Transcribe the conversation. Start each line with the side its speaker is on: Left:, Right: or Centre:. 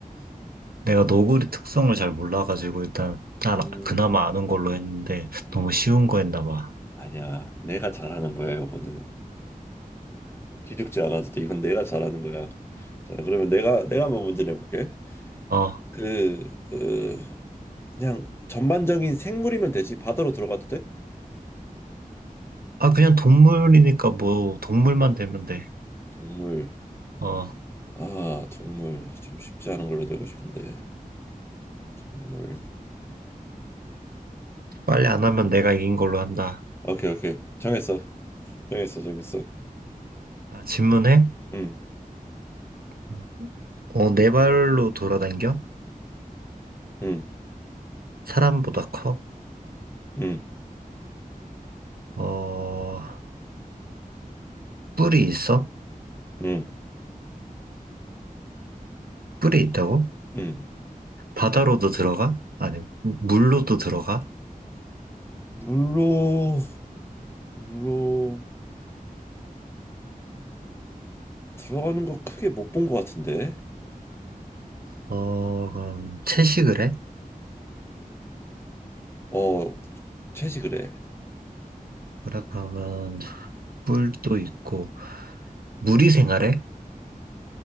Right: 내가 너구리 특성을 잘 몰라가지고 일단 난
Left: 음,
Right: 그나마 아는 걸로 했는데
Left: 음.
Right: 너무 쉬운 거 했나 봐.
Left: 아니야 내가 잘하는 거야 요거는 기죽지 않아도 돼 이건 내가 잘하는 거야. 자 그러면 내가 내가 한번 문제 내볼게.
Right: 어,
Left: 그, 그 그냥 전반적인 생물이면 되지 바다로 들어가도 돼?
Right: 아 그냥 동물이니까 뭐 동물만 되면 돼.
Left: 동물
Right: 어,
Left: 아, 동물 좀 쉽지 않은 걸로 내고 싶은데. 동물.
Right: 빨리 안 하면 내가 이긴 걸로 한다.
Left: 오케이, 오케이. 정했어. 정했어, 정했어.
Right: 아, 질문해?
Left: 응,
Right: 음. 어, 네 발로 돌아다녀?
Left: 응,
Right: 사람보다 커?
Left: 응,
Right: 어, 뿔이 있어?
Left: 응,
Right: 뿔이 있다고?
Left: 응.
Right: 바다로도 들어가? 아니, 무- 물로도 들어가?
Left: 물로 물로 들어가는 거 크게 못 본 것 같은데.
Right: 어, 그럼 채식을 해?
Left: 어, 채식을 해.
Right: 그래, 그러면 뿔도 있고, 물이 생활해?